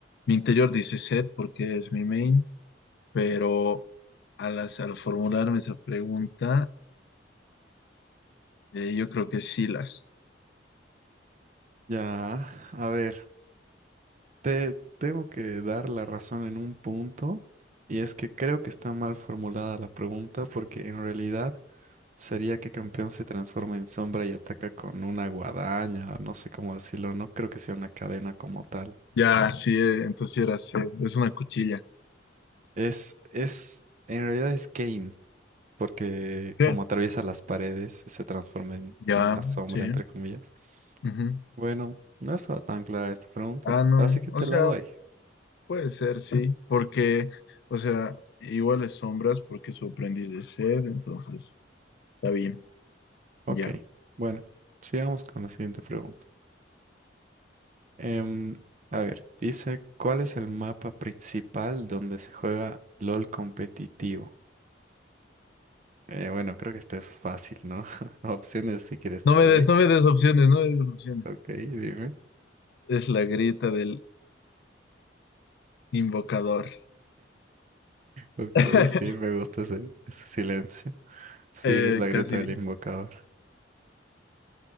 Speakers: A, on the left; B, on the right.
A: mi interior dice set porque es mi main, pero al, hac- al formularme esa pregunta, eh, yo creo que sí las.
B: Ya, a ver, te tengo que dar la razón en un punto y es que creo que está mal formulada la pregunta porque en realidad sería que campeón se transforma en sombra y ataca con una guadaña, o no sé cómo decirlo, no creo que sea una cadena como tal.
A: Ya, sí, eh, entonces sí era set. Es una cuchilla.
B: Es, es, en realidad es Kane, porque
A: ¿Qué?
B: como atraviesa las paredes, se transforma en,
A: Ya,
B: en la sombra,
A: sí.
B: entre comillas.
A: ujú.
B: Bueno, no estaba tan clara esta pregunta,
A: Ah, no.
B: así que te
A: O sea.
B: la doy.
A: Puede ser, sí, porque, o sea, igual es sombras porque su aprendiz de sed, entonces está bien,
B: Ok,
A: ya.
B: bueno, sigamos con la siguiente pregunta. Em, a ver, dice, ¿cuál es el mapa principal donde se juega LOL competitivo? Eh, bueno, creo que esto es fácil, ¿no? <laughs> Opciones si quieres
A: No
B: te
A: me
B: doy.
A: des, no me des opciones, no me des opciones.
B: Ok, dime.
A: Es la grita del invocador.
B: Ok,
A: <laughs>
B: sí, me gusta ese, ese silencio. Sí,
A: Eh,
B: es la grieta
A: casi.
B: del invocador.